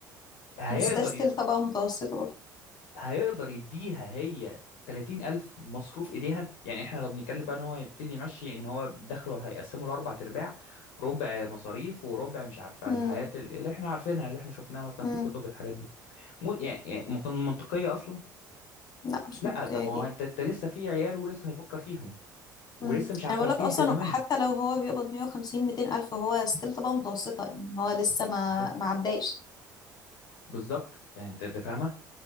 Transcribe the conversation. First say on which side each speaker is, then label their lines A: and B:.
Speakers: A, on the left; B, on the left.
A: هيقدر
B: بس ده ستيل طبقة متوسطة برضه
A: هيقدر يديها هي تلاتين ألف مصروف إيديها يعني إحنا لو بنتكلم بقى إن هو يبتدي يمشي إن هو دخله هيقسمه لأربع أرباع ربع مصاريف وربع مش عارفة
B: مم.
A: الحياة اللي إحنا عارفينها اللي إحنا شفناها مثلا
B: مم.
A: في الكتب الحاجات دي مو يعني يعني ما كان منطقية أصلا
B: لا مش
A: لا
B: منطقية
A: طب ما
B: اكيد
A: هو أنت أنت لسه في عيال ولسه هيفكر فيهم ولسه
B: مم.
A: مش عارفة
B: انا بقول
A: في
B: لك اصلا
A: التزامات
B: حتى لو هو بيقبض 150 200 الف هو ستيل طبقة متوسطة يعني هو لسه ما
A: بالظبط
B: ما عداش
A: بالظبط يعني أنت أنت فاهمة